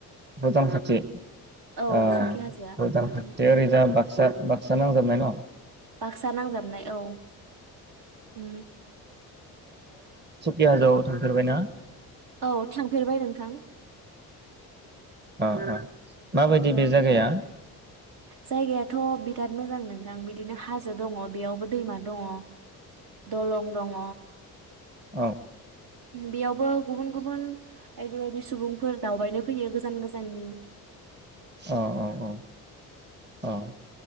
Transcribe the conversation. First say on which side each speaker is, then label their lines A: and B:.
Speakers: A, on the right (about 25°); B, on the right (about 60°).
A: भुटान खाथि
B: औ
A: ओ
B: सुकि हाजोआ
A: भुटान खाथि
B: उम उम
A: ओरैजा बाक सा बाक्सा नांजाबनाय न।
B: बाक्सा नांजाबनाय औ उम।
A: सुकि हाजोआव थांफेरबायना?
B: औ थांफेरबाय नोंथां
A: अ अ। माबायदि
B: अ
A: बे जायगाया
B: जायगायाथ बिराद मोजां नों थां बिदिनो हाजो दङ बेयावबो दैमा दङ दलं दङ।
A: औ।
B: बेयावबो गुबुन गुबुन बायदि बायदि सुबुंफोर दावबायनो फैयो गोजान गोजाननि।
A: औ औ औ औ।